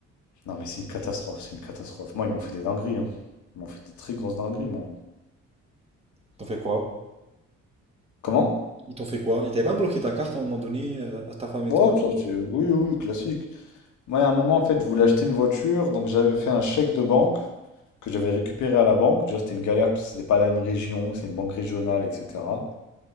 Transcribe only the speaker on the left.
Non, mais c'est une catastrophe, c'est une catastrophe. Moi, ils m'ont fait des dingueries, hein. Ils m'ont fait des très grosses dingueries, moi.
Comment?
Ouais,
ça, c'est. Oui, oui, oui, classique. Moi, à un moment, en fait, je voulais acheter une voiture, donc j'avais fait un chèque de banque que j'avais récupéré à la banque. Déjà, c'était une galère parce que c'était pas la même région, que c'est une banque régionale, etc.